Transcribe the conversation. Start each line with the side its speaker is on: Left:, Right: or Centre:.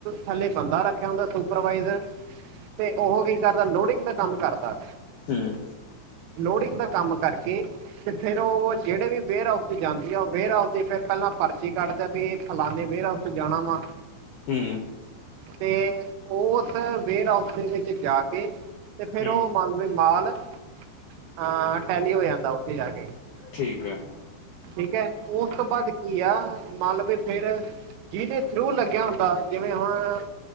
Right: ਥੱਲੇ ਬੰਦਾ ਰੱਖਿਆ ਹੁੰਦਾ ਸੁਪਰਵਾਈਜ਼ਰ। ਤੇ ਉਹ ਕੀ ਕਰਦਾ ਲੋਡਿੰਗ ਦਾ ਕੰਮ ਕਰਦਾ।
Left: ਹੂੰ
Right: ਲੋਡਿੰਗ ਦਾ ਕੰਮ ਕਰਕੇ ਤੇ ਫੇਰ ਓ ਜੇੜੇ ਵੀ ਵੇਅਰਹਾਊਸ ਚ ਜਾਂਦੀ ਆ ਓ ਵੇਅਰਹਾਊਸ ਦੀ ਫੇਰ ਪਹਿਲਾਂ ਪਰਚੀ ਕੱਟਦਾ ਵੀ ਫਲਾਨੇ ਵੇਅਰਹਾਊਸ ਤੇ ਜਾਣਾ ਵਾ।
Left: ਹੂੰ।
Right: ਤੇ ਓਸ ਵੇਅਰਹਾਊਸ ਦੇ ਵਿੱਚ ਜਾ ਕੇ ਤੇ ਫੇਰ
Left: ਹੂੰ
Right: ਓ ਮੰਨ ਲਵੇ ਮਾਲ, ਅਹ ਟੈਲੀ ਹੋ ਜਾਂਦਾ ਓਥੇ ਜਾ ਕੇ।
Left: ਠੀਕ ਐ।
Right: ਠੀਕ ਐ ਓਸ ਤੋਂ ਬਾਅਦ ਕੀ ਆ, ਮੰਨ ਲੋ ਬੀ ਫੇਰ ਜੀਹਦੇ ਥਰੂ ਲੱਗਿਆ ਹੁੰਦਾ, ਜਿਵੇਂ ਹੁਣ